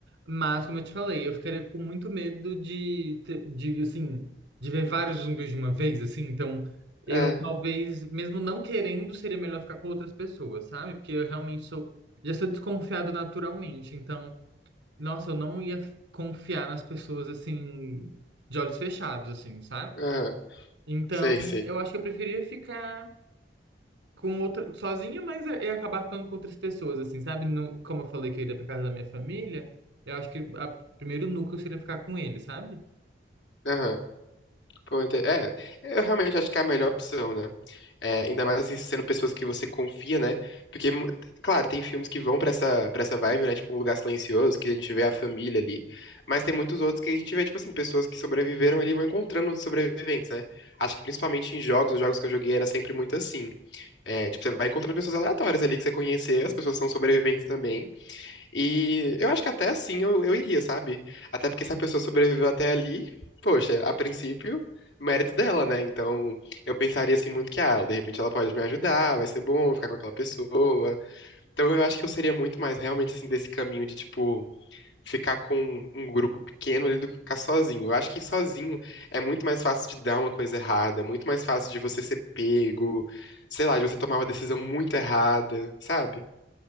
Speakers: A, on the right; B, on the left.
A: mas como eu te falei, eu ficaria com muito medo de, ter- de assim, de ver vários zumbis de uma vez, assim, então eu
B: É,
A: talvez, mesmo não querendo, seria melhor ficar com outras pessoas, sabe? Porque eu realmente sou, já sou desconfiado naturalmente, então Nossa, eu não ia confiar nas pessoas assim, de olhos fechados, assim, sabe?
B: aham,
A: Então,
B: sei, sei.
A: eu acho que eu preferia ficar com outra, sozinho, mas eu ia acabar ficando com outras pessoas, assim, sabe? Não, como eu falei que eu iria pra casa da minha família, eu acho que a- o primeiro núcleo seria ficar com ele, sabe?
B: Aham. Pô, ente- É, eu realmente acho que é a melhor opção, né? É, ainda mais assim, sendo pessoas que você confia, né? Porque, mu- claro, tem filmes que vão pra essa, pra essa vibe, né? Tipo, Um Lugar Silencioso, que a gente vê a família ali. Mas tem muitos outros que a gente vê, tipo assim, pessoas que sobreviveram ali e vão encontrando outros sobreviventes, né? Acho que principalmente em jogos, nos jogos que eu joguei era sempre muito assim. É, tipo, você vai encontrando pessoas aleatórias ali que você conheceu, as pessoas são sobreviventes também. E eu acho que até assim eu, eu iria, sabe? Até porque se a pessoa sobreviveu até ali, poxa, a princípio, mérito dela, né? Então eu pensaria assim muito que, ah, de repente ela pode me ajudar, vai ser bom ficar com aquela pessoa. Então eu acho que eu seria muito mais realmente assim desse caminho de, tipo, ficar com um grupo pequeno ali do que ficar sozinho. Eu acho que sozinho é muito mais fácil de dar uma coisa errada, é muito mais fácil de você ser pego, sei lá, de você tomar uma decisão muito errada, sabe?